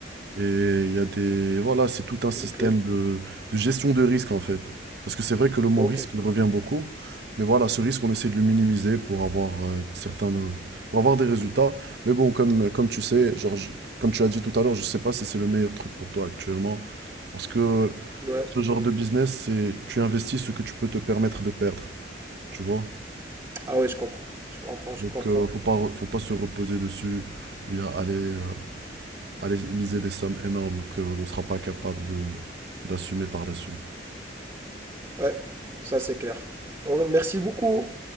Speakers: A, on the right (about 60°); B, on the right (about 20°).
A: Et il y a des... Voilà, c'est tout un système
B: Ok,
A: de, de gestion de risque en fait. Parce que c'est vrai que le mot
B: ok.
A: risque, il revient beaucoup. Mais voilà, ce risque, on essaie de le minimiser pour avoir euh, certains, pour avoir des résultats. Mais bon, comme, comme tu sais, genre, je- comme tu as dit tout à l'heure, je ne sais pas si c'est le meilleur truc pour toi actuellement. Parce que
B: Ouais.
A: ce genre
B: ouais.
A: de business, c'est tu investis ce que tu peux te permettre de perdre. Tu vois?
B: Ah ouais, je comprends. Je comprends, je
A: Donc,
B: comprends.
A: euh, faut pas, re- faut pas se reposer dessus ou bien aller euh, aller miser des sommes énormes que l'on ne sera pas capable de d'assumer par la suite.
B: Ouais, ça c'est clair. Ouais, merci beaucoup.